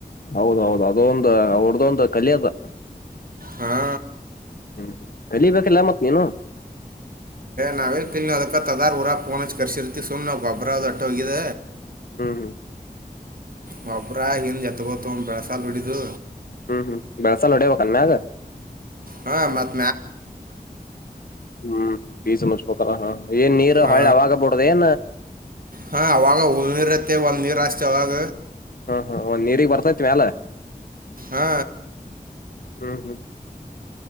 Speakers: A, on the left; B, on the right.
A: ಹೌದೌದು ಅದೊಂದ ಅವರ್ದೊಂದು‌ ಕಲೆ ಅದು
B: ಹಾ
A: ಹ್ಮ್ ಕಲಿಬೇಕೆಲ್ಲ ಮತ್ ನೀನು
B: ನಾವೇ ಕಲ್ನ ಅದಕ್ಕ ಅಂತ ಅದಾರ್ ಊರಾಗ ಪೋನ ಹಚ್ಚಿ ಕರ್ಸಿರ್ತಿ ಸುಮ್ ನಾವು ಗೊಬರದೊಟ್ಟ ಹೋಗಿದ
A: ಹ್ಮ್ ಹ್ಮ್
B: ಗೊಬ್ರ ಇಂದು ಎತಗೊಳ ತೋಂದ ಬೆಳ್ಸಾಲ ಹೊಡಿದು
A: ಹ್ಮ್ ಹ್ಮ್ ಬೆಳ್ಸಲ್ ಹೊಡೇಬೇಕನ ಮ್ಯಾಗ
B: ಹಾ ಮತ್ತ,
A: ಹ್ಮ್ ಬ ಸಮ ಮುಚ್ಪಕಾರ ಹ ಏನ್ ನೀರ್
B: ಆ,
A: ಹೊಳೆ ಅವಾಗಬಡದ. <inaudible>
B: ಹಾ ಅವಾಗ ಹುಳನರತ್ತೆ ಒಂದ್ ನೀರು ಅಷ್ಟೇ ಅವಾಗ.
A: ಹಾ ಹಾ ಒಂದ್ ನೀರಿಗೆ ಬರ್ತೈತ್ ಮ್ಯಾಲ.
B: ಹಾ,
A: ಹ್ಮ್ ಹ್ಮ್.